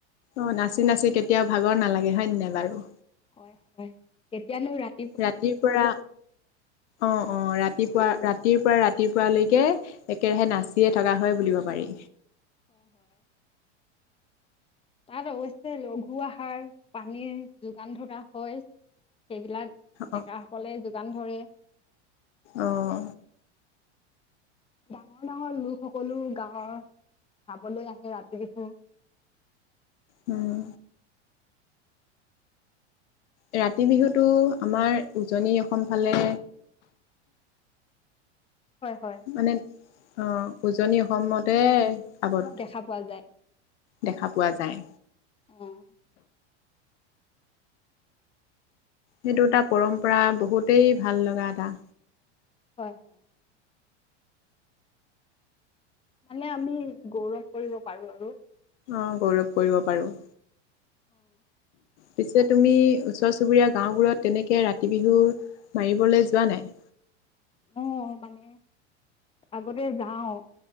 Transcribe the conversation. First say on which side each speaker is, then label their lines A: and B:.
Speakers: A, on the left (about 75°); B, on the left (about 15°).
A: অহ' নাচি নাচি কেতিয়াও ভাগৰ নালাগে হয় ' নাই বাৰু
B: হয়, হয়। কেতিয়ানো ৰাতি
A: ৰাতিৰ পৰা অহ' অহ' ৰাতিপুৱা ৰাতিৰ পৰা ৰাতিপুৱালৈকে একেৰাহে নাচিয়ে থকা হয় বুলিব পাৰি।
B: হয়, হয়। তাত অৱশ্যে লঘু, আহাৰ পানীৰ যোগান ধৰা হয়। সেইবিলাক।
A: অ',
B: ডেকা সকলে যোগান ধৰে।
A: অঁ।
B: ডাঙৰ ডাঙৰ লোক সকলো গাঁৱৰ, চাবলৈ আহে ৰাতিবিহু।
A: উম'। ৰাতি বিহুটো আমাৰ উজনি অসম ফালে।
B: হয়, হয়।
A: মানে অ' উজনি অসমতে আৱদ্ধ।
B: দেখা পোৱা যায়
A: দেখা পোৱা যায়।
B: উম'।
A: সেইটো এটা পৰম্পৰা, বহুতেই ভাল লগা এটা।
B: হয়। হয় মানে আমি গৌৰৱ কৰিব পাৰো আৰু।
A: অ' গৌৰৱ কৰিব পাৰো।
B: <unintelligible>
A: পিছে তুমি, ওচৰ চুবুৰীয়া গাওঁবোৰত তেনেকে ৰাতি বিহু। মাৰিবলে যোৱা নাই?
B: অ' মানে আগতে যাওঁ।